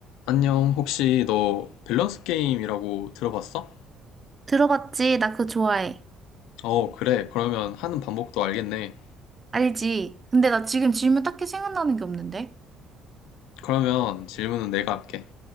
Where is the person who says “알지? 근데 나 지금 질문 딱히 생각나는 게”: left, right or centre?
Right